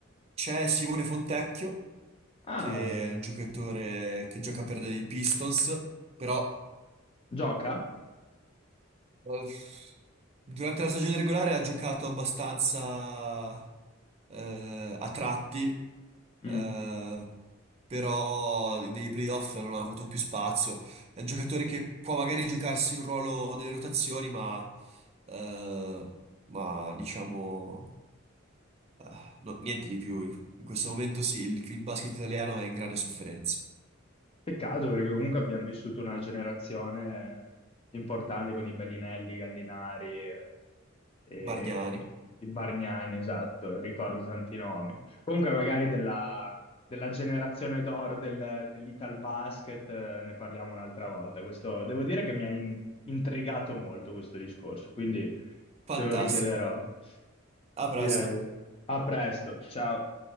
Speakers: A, on the right (about 30°); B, on the left (about 30°).
A: c'è Simone Fontecchio,
B: Ah,
A: che è un giocatore che gioca per i Pistons, però...
B: gioca?
A: eh, Durante la stagione regolare ha giocato abbastanza eh, a tratti,
B: Mm.
A: eh, però nei playoff non ha avuto più spazio. È un giocatore che può magari giocarsi un ruolo nelle rotazioni, ma, eh, ma diciamo eh, no- niente di più. In questo momento sì, il, il basket italiano è in grande sofferenza.
B: Peccato perché comunque abbiamo vissuto una generazione importante con i Bellinelli, i Gallinari e e
A: Bargnani,
B: i Bargnani, esatto, ricordo tanti nomi. Comunque magari della, della generazione d'oro del, dell'Italbasket eh, ne parliamo un'altra volta. Questo, devo dire che mi ha in- intrigato molto questo discorso, quindi
A: fantastico.
B: te lo richiederò.
A: A
B: Direi
A: presto.
B: a presto, ciao.